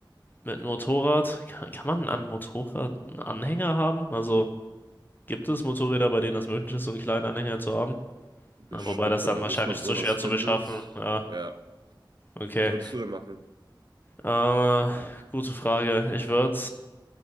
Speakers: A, on the left; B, on the right.
A: mit Motorrad, kann, kann man an Motorrad einen Anhänger haben? Also, Gibt es Motorräder, bei denen das möglich ist, so einen kleinen Anhänger zu haben?
B: Bestimmt,
A: Na, wobei das dann
B: aber
A: wahrscheinlich
B: bis man sowas
A: zu schwer
B: findet,
A: zu beschaffen. Ja,
B: ja.
A: okay.
B: Was würdest du denn machen?
A: Äh, gute Frage. Ich würde,